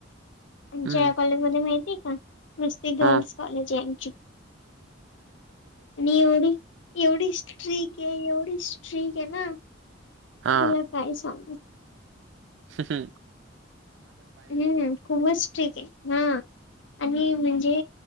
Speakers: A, on the left (about 70°); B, on the right (about 70°).
A: आमच्या
B: हम्म
A: कॉलेज मध्ये माहितीय का? नुस्ती गर्ल्स
B: हा
A: कॉलेज यांची आणि एवढी एवढी स्ट्रीक आहे एवढी स्ट्रीक आहे ना तुला
B: हा
A: काय सांगु?
B: ह ह <unintelligible>
A: हम्म खूपच स्ट्रिक आहे हा आणि म्हणजे